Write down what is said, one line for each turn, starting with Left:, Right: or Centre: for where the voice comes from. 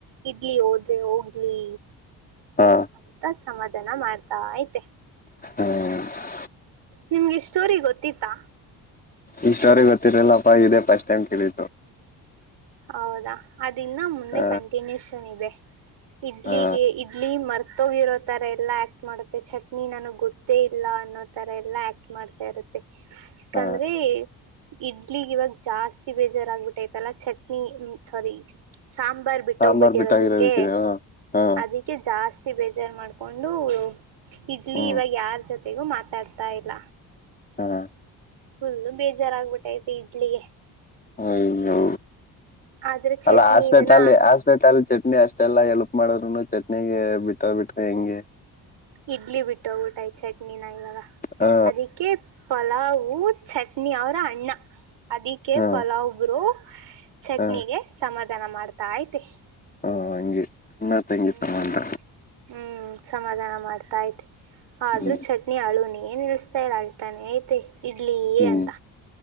Right: ಇಡ್ಲಿ ಹೋದ್ರೆ ಹೋಗ್ಲಿ
Left: ಹಾಂ
Right: ಅಂತ ಸಮಾಧಾನ ಮಾಡ್ತಾ ಐತೆ
Left: ಹ್ಮ್
Right: ನಿಮ್ಗೆಷ್ಟೋರಿ ಗೊತ್ತಿತ್ತಾ
Left: ಈ ಸ್ಟೋರಿ ಗೊತ್ತಿರಲ್ಲಪ್ಪಾ ಇದೇ ಫಸ್ಟ್ ಟೈಮ್ ಕೇಳಿತು
Right: ಹೌದಾ ಅದ್ ಇನ್ನ ಮುಂದೆ
Left: ಹ
Right: ಕಂಟಿನ್ಯೂಷನ್ ಇದೆ ಇಡ್ಲಿಗೆ
Left: ಹಾ
Right: ಇಡ್ಲಿ ಮರ್ತೋಗಿರೋ ತರ ಎಲ್ಲಾ ಆಕ್ಟ್ ಮಾಡುತ್ತೆ ಚಟ್ನಿ ನನಗೆ ಗೊತ್ತೇ ಇಲ್ಲ ಅನ್ನೋ ತರ ಎಲ್ಲ ಆಕ್ಟ್ ಮಾಡ್ತಾ ಇರುತ್ತೆ ಯಾಕಂದ್ರೆ
Left: ಹಾ
Right: ಇಡ್ಲಿಗ್ ಇವಾಗ ಜಾಸ್ತಿ ಬೇಜಾರಾಗ ಬಿಟ್ಟೈತಲ್ಲ ಚಟ್ ನೀ ಸಾರಿ ಸಾಂಬಾರ್ ಬಿಟ್ಟೋಗ್ಬಿಟ್ಟಿರೋದಕ್ಕೆ
Left: ಸಾಂಬಾರ್ ಬಿಟ್ಟಾಗಿರೋದಕ್ಕಿದೆ ಹ ಹಾ
Right: ಅದಕ್ ಜಾಸ್ತಿ ಬೇಜಾರ್ ಮಾಡ್ಕೊಂಡು ಇಡ್ಲಿ
Left: ಹ್ಮ್
Right: ಇವಾಗ ಯಾರ ಜೊತೆ <unintelligible> ಮಾತಾಡ್ತಾ ಇಲ್ಲ
Left: ಹಾಂ
Right: ಫುಲ್ ಬೇಜಾರ್ ಅಗ್ಬಿಟ್ಟೈತಿ ಇಡ್ಲಿಗೆ
Left: ಅಯ್ಯೋ
Right: ಆದ್ರೆ ಚಟ್ನಿ
Left: ಅಲ್ಲ ಹಾಸ್ಪೆಟಲ್ಲಿ
Right: ಇದನ್ನ
Left: ಹಾಸ್ಪೆಟಲ್ ಚಟ್ನಿ ಅಷ್ಟೇ ಇಷ್ಟ್ ಎಲ್ಲಾ ಹೇಲ್ಪ್ ಮಾಡ್ರು ಚಟ್ನಿಗೆ ಬಿಟ್ಟೋ ಬಿಟ್ರ ಹೆಂಗೆ
Right: ಇಡ್ಲಿ ಬಿಟ್ಟ ಹೋಗ್ಬಿಟೋಬಿಟ್ಯಿತ್ ಚಟ್ನಿನ ಇವಾಗ
Left: ಹಾ
Right: ಅದಿಕ್ಕೆ ಪಲಾವ್ ಚಟ್ನಿ ಅವ್ರ ಅಣ್ಣ ಅದಿಕ್ಕೆ
Left: ಹಾ
Right: ಪಲಾವ್ರು ಚಟ್ನಿಗೆ
Left: ಹಾ
Right: ಸಮಾಧಾನ ಮಾಡ್ತಾ ಐತೆ
Left: ಹಾ ಹಂಗೆ ಅಣ್ಣ ತಂಗಿ
Right: ಹ್ಮ್
Left: ತರ ಅಂತ
Right: ಹ್ಮ್ ಸಮಾಧಾನ ಮಾಡ್ತಾ ಐತೆ ಆದ್ರೂ
Left: ಹ್ಮ್
Right: ಚಟ್ನಿ ಅಳುನೇ ನಿಲ್ಸಿತಾಯಿಲ್ಲ ಅಳ್ ತಾನ್ ಐತೆ ಇಡ್ಲಿ
Left: ಹ್ಮ್
Right: ಅಂತ